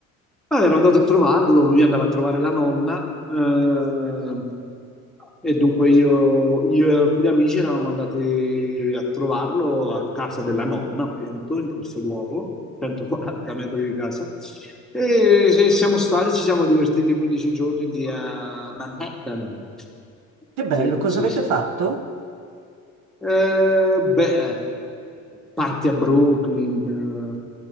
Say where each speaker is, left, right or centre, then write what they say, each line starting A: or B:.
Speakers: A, in the centre; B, on the right.
A: Ah, ero andato a trovarlo, lui andava a trovare la nonna, eh, e dunque io, io e alcuni amici eravamo andati a trovarlo a casa della nonna, appunto, in questo luogo, 140 metri di casa. E se- siamo stati, ci siamo divertiti 15 giorni lì a Manhattan.
B: Che bello,
A: Sì,
B: cosa
A: sì,
B: avete
A: sì.
B: fatto?
A: Eh, beh, parti a Brooklyn,